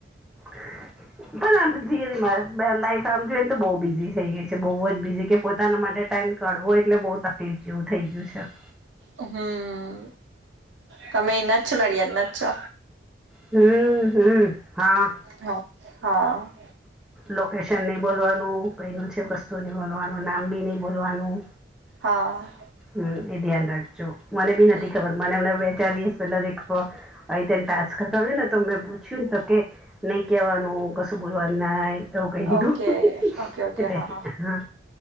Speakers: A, in the centre; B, on the right.
A: <inaudible> પણ આમ ધીરી લાઈફ આમ જોઈ ને તો બહુ બિઝી થઈ ગઈ છે બહુ જ બિઝી કે પોતાના માટે ટાઈમ કાઢવો એટલે બો તકલીફ જેવું થઈ ગયું છે
B: હમ્મ તમે અયના છો નડિયાદના જ ના છો
A: હમ્મ હમ્મ હા
B: હા હા
A: લોકેશન નય બોલવાનું કંઈનું છે વસ્તુ નય બોલવાનું નામ બી ની બોલવાનું
B: હા
A: હમ્મ એ ધ્યાન રાખજો મને બી
B: હમ
A: નથી ખબર મને હમણાં બે ચાર દિવસ પેલા જે એક સો આઈ તે ટાસ્ક કરતા હોય ને તો મેં પૂછ્યું ન તો કે નય કેવાનું કશું બોલવાનું નય એવું કહી દીધું
B: ઓકે ઓકે ઓકે
A: એટલે
B: હા
A: હા